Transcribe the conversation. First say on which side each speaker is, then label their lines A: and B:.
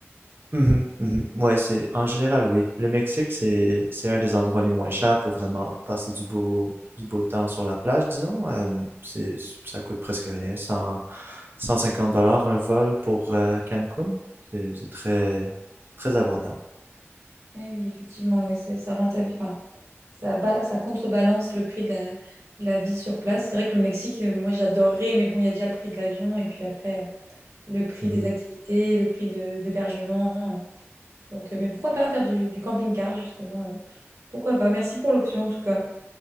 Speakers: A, on the right (about 50°); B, on the right (about 70°).
A: Mhm, mhm. Ouais, c'est en général, oui. Le Mexique, c'est c'est un des endroits les moins chers pour vraiment passer du beau du beau temps sur la plage, disons. Euh, c'est ça coûte presque rien, 100 150 dollars un vol pour euh, Cancun. C'est c'est très très abordable.
B: Eh oui, effectivement, oui, c'est- ça rentabilise, enfin, ça, ba- ça contrebalance le prix de la, de la vie sur place. C'est vrai que le Mexique, euh, moi, j'adorerais, mais bon, il y a déjà le prix de l'avion et puis après, euh, le prix
A: Mhm,
B: des activités, le prix de l'hébergement. Donc, euh, mais pourquoi pas faire du, du camping-car, justement, euh, pourquoi pas? Merci pour l'option, en tout cas.